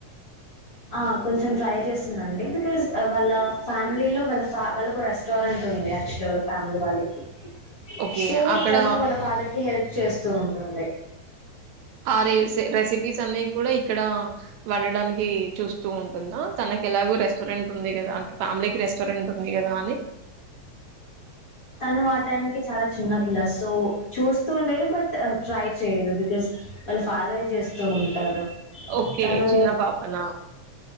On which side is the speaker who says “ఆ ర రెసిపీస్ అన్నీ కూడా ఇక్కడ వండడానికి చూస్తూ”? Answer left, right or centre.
Right